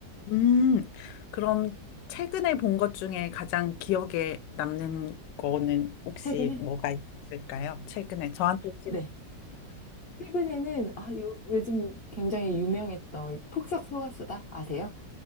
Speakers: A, on the left; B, on the left.
A: 음, 그럼 최근에 본 것 중에 가장 기억에 남는 거는 혹시
B: 최근에?
A: 뭐가 있을까요? 최근에 저한테 혹시
B: 네. 최근에는 아, 요, 요즘 굉장히 유명했던 폭싹 속았수다 아세요?